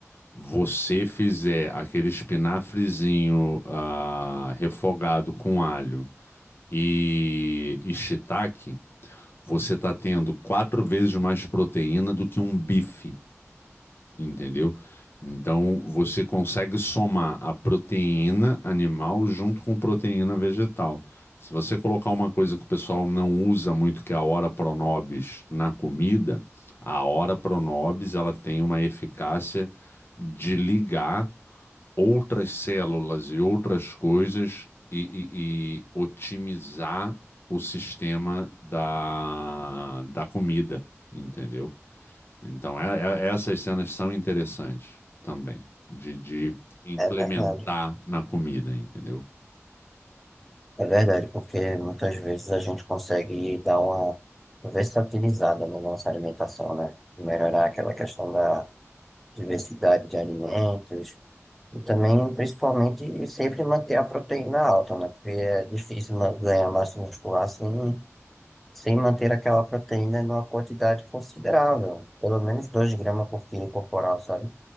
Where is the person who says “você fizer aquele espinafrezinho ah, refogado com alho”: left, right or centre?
Left